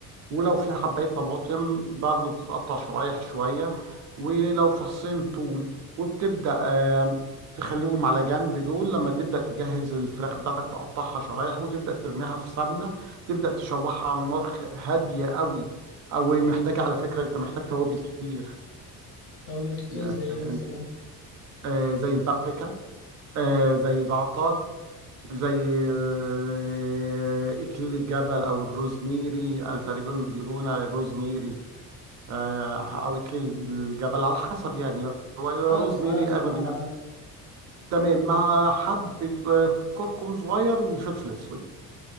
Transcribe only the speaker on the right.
ولو في حبايه طماطم برضو بتتقطع شرايح شويه ولو فصين توم وبتبدا آه، تخليهم على جنب دول لما تبدا تجهز الفراخ بتاعتك تقطعها شرايح وتبدا ترميها في سمنه تبدا تشوحها على نار خ- هاديه قوي او محتاجه على فكره انت محتاج توابل كتير
يا
أنت-
آه، زي البابريكا آه،
زي زعتر زي آه، إكليل الجبل أو الروزميري أنا تقريبا بيقولوا الروزميري آه، أو إكليل الجبل على حسب يعني هو الروزميري
أغلب
الناس
تمام مع حبة آه، كركم صغير وفلفل أسود